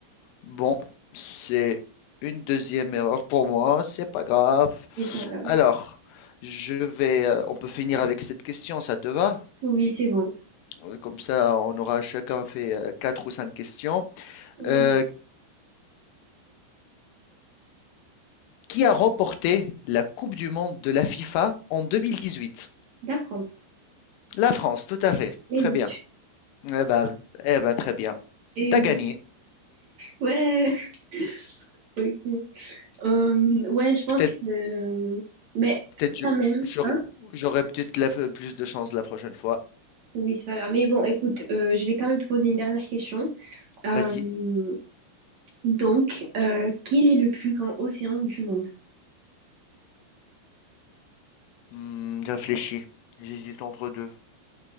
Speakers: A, on the left (about 80°); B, on the right (about 50°).
A: Bon, c'est une deuxième erreur pour moi, c'est pas grave.
B: c'est pas grave.
A: Alors, je vais, euh, on peut finir avec cette question, ça te va?
B: Oui, c'est bon.
A: Euh, Comme ça, on aura chacun fait euh, quatre ou cinq questions.
B: Oui.
A: Euh, qui a remporté la Coupe du Monde de la FIFA en 2018?
B: La France.
A: La France, tout à fait.
B: Eh
A: Très
B: oui,
A: bien. Eh ben, eh ben, très bien.
B: eh
A: T'as gagné.
B: oui. Ouais, <laughs> ok. Euh, ouais, je pense.
A: Peut-être
B: euh, Mais
A: Peut-être je
B: quand même,
A: j'aurais
B: hein?
A: j'aurais peut-être la- plus de chance la prochaine fois.
B: Oui, c'est pas grave. Mais bon, écoute, euh, je vais quand même te poser une dernière question. Euh,
A: Vas-y.
B: donc, euh, quel est le plus grand océan du monde?
A: Hmm, réfléchis. J'hésite entre deux.